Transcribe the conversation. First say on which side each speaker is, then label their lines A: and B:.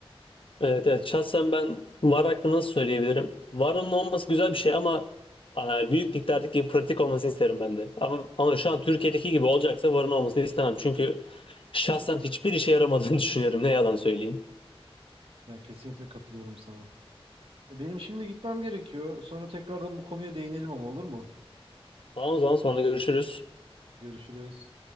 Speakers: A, on the left (about 60°); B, on the right (about 65°).
A: Evet evet. Şahsen ben VAR hakkında nasıl söyleyebilirim? VAR'ın olması güzel bir şey ama e, büyük liglerdeki gibi pratik olmasını isterim ben de. Ama, ama şu an Türkiye'deki gibi olacaksa VAR'ın olmasını istemem. Çünkü şahsen hiçbir işe yaramadığını <laughs> düşünüyorum. Ne yalan söyleyeyim.
B: Yani kesinlikle katılıyorum sana. Benim şimdi gitmem gerekiyor. Sonra tekrardan bu konuya değinelim ama olur mu?
A: Tamam o zaman sonra görüşürüz.
B: Görüşürüz.